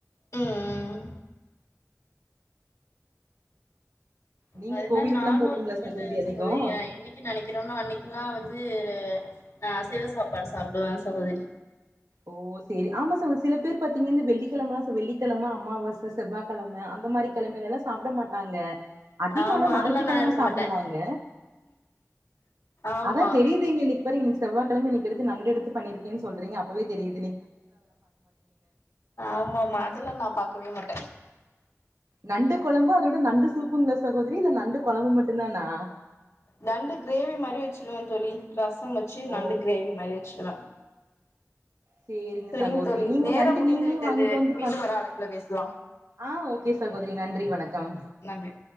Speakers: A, on the left (about 80°); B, on the right (about 85°).
A: ம்
B: நீங்க
A: அது
B: கோவிலுக்குல்லா
A: மாரி நானு
B: போவீங்களா
A: இருக்க மாட்டே சகோதரி
B: அதிகோ
A: என்னைக்கு நெனைக்கிறேன்னோ அன்னைக்குலா வந்து அ நா அசைவ சாப்பாடு சாப்டுவே சகோதரி
B: ஓ செரி ஆமா சகோரி சில பேர் பாத்தீங்கன்ன இந்த வெள்ளிக்கெழமல்லா வெள்ளிக்கெழம அமாவாச செவ்வாகெழம அந்தமாரி கெழமைல்லா சாப்ட மாட்டாங்க அதிக
A: ஆமா
B: அனா ஞாயித்துக்கெழம
A: அதெல்லா நா இருக்க
B: சாப்டுவாங்க
A: மாட்டே ஆமா
B: அதா தெரியுதுங்க இனைக் ஒரிங்நிம்ஷ் செவ்வா கெழம இனைக் எடுத்து நண்டு எடுத்து பண்ணிருக்கேன் சொல்றீங்க ப்பவே தெரிது
A: ஆமா ஆமா அதெல்லா நா பாக்கவே மாட்
B: நண்டு கொழம்பு அதோட நண்டு சூப்புங்களா சகோதரி இல்ல நண்டு கொழம்பு மட்டும்தானா
A: நண்டு கிரேவி மாரி வச்சிருவே தோழி ரசம் வச்சு
B: ஓ
A: நண்டு கிரேவி மாரி வச்சுடுவே
B: சேரிங்க
A: சரிங்க
B: சகோதரி
A: தோழி
B: நீங்க
A: நேரம்
B: நண்டு
A: முடிந்து
B: நீங்களே
A: விட்டது
B: வாங்கிட்டு வந்து
A: மீண்டும்
B: பன்
A: ஒரு அழைப்புல பேசலாம்
B: ஆ ஓகே சகோதரி நன்றி வணக்கம்
A: நன்றி